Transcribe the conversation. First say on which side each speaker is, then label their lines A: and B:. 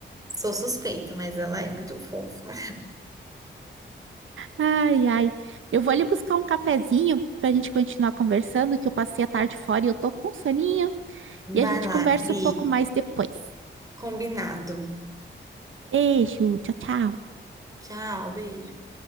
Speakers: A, on the right; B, on the right.
A: Sou suspeita, mas ela é muito fofa.
B: Ai, ai. Eu vou ali buscar um cafezinho pra gente continuar conversando, que eu passei a tarde fora e eu tô com soninho. E
A: Vai
B: a gente
A: lá,
B: conversa
A: Cris.
B: um pouco mais depois.
A: Combinado.
B: Beijo, tchau, tchau.
A: Tchau, beijo.